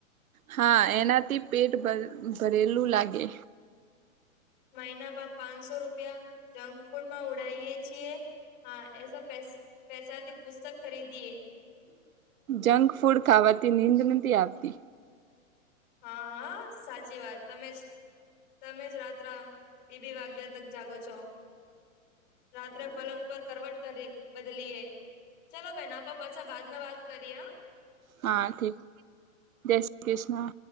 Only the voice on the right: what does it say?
હા એનાથી પેટ ભ ભરેલું લાગે
જંક ફૂડ ખાવાથી નીંદ નથી આવતી
હા ઠીક જય શ્રી કૃષ્ણ